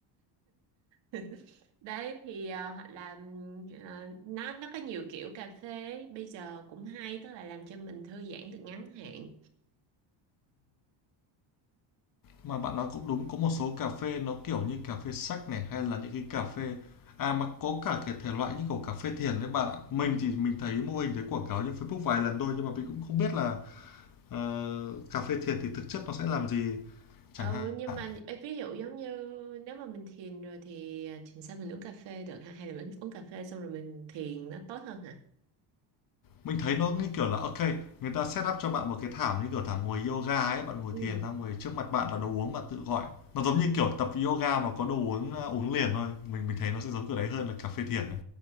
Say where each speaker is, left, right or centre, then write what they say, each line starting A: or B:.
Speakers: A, on the right (about 60°); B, on the left (about 40°).
A: <laughs> đấy thì ờ, hoặc là ừm, ờ, nó nó có nhiều kiểu cà phê bây giờ cũng hay tức là làm cho mình thư giãn được ngắn hạn
B: mà bạn nói cũng đúng có một số cà phê nó kiểu như cà phê sách này hay là những cái cà phê à mà có cả cái thể loại như kiểu cà phê thiền đấy bạn ạ mình thì mình thấy mô hình thấy quảng cáo trên Facebook vài lần thôi nhưng mà mình cũng không biết là ờ, cà phê thiền thì thực chất nó sẽ làm gì chẳng
A: Ờ,
B: hạn
A: nhưng mà ê, ví dụ giống như nếu mà mình thiền rồi thì à, thiền sao mình uống cà phê được ha hay là mình uống cà phê xong rồi mình thiền nó tốt hơn hả?
B: mình thấy nó như kiểu là ok người ta set up cho bạn một cái thảm như kiểu thảm ngồi yoga ấy bạn ngồi
A: Ừ.
B: thiền ta ngồi trước mặt bạn là đồ uống bạn tự gọi nó giống như kiểu tập yoga mà có đồ uống ờ, uống liền thôi mình mình thấy nó sẽ giống kiểu đấy hơn là cà phê thiền đấy